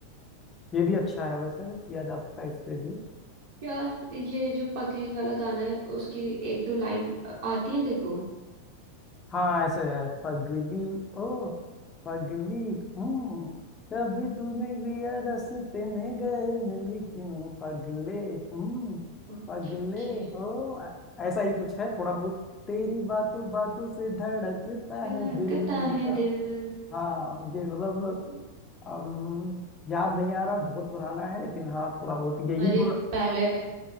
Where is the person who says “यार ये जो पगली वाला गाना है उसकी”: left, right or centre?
Right